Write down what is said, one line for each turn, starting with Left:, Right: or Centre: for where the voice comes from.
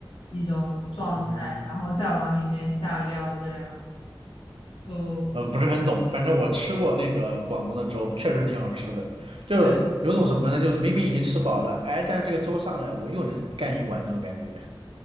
Left: 一种状态，
Right: 嗯，
Left: 然后再往里面下料，这样就
Right: 嗯，不是很懂，反正我吃过那个广东的粥，确实挺好吃的。就是有种什么呢？
Left: 对，
Right: 就是明明已经吃饱了，哎，但是这个粥上来，我又能干一碗这种感觉。